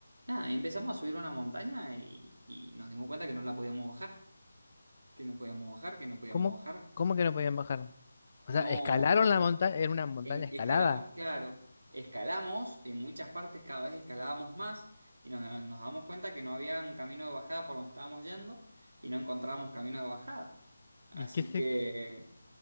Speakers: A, on the right; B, on the left.
A: Nada, y empezamos a subir una montaña y, y nos dimos cuenta que no la podíamos bajar, que no podíamos bajar, que no podíamos
B: ¿cómo,
A: bajar.
B: cómo que no podían bajar? O
A: No,
B: sea, escalaron
A: la,
B: la montaña, era una montaña
A: En-
B: escalada.
A: escalamos, claro, escalamos, en muchas partes cada vez escalábamos más y nos, nos damos cuenta que no había un camino de bajada por donde estábamos yendo y no encontrábamos camino de bajada. Así
B: ¿Y qué se,
A: que